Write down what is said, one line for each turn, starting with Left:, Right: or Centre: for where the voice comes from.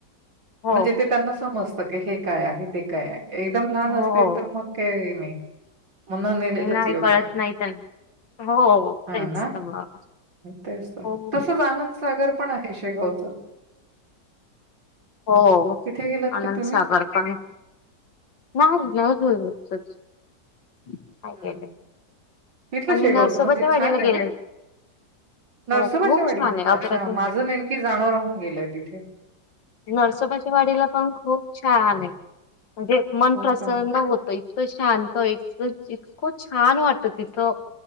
Left: हो,
Right: म्हणजे ते त्यांना समजतं की, हे काय आहे? ते काय आहे? एकदम लहान
Left: हो.
Right: असतील, तर मग काय नाही. मग न नेलेलच
Left: नाही
Right: योग्य.
Left: कळत नाही त्यांना हो
Right: हा
Left: तेच
Right: ना,
Left: तर मग.
Right: तेच तर.
Left: हो,
Right: तसंच आनंदसागर पण आहे शेगावचं.
Left: हो
Right: तिथे गेलात
Left: आनंदसागर
Right: का तुम्ही?
Left: पण नाही <unintelligible> काय केले.
Right: हं. तिथलं
Left: आम्ही
Right: शेगावचं
Left: नरसोबाच्या
Right: मंदिर
Left: वाडीला
Right: छान आहे
Left: गेलेलो.
Right: ना? नरसोबाच्या
Left: हो खूप
Right: वाडीला?
Left: छान आहे, आठवड्यातून
Right: अच्छा, माझं नेमकी जाणं राहून गेलंय तिथे.
Left: नरसोबाच्या वाडीला पण खूप छान आहे, म्हणजे मन
Right: हो
Left: प्रसन्न
Right: का?
Left: हो त, इतकं शांत इत इतकं छानं वाटत तिथं.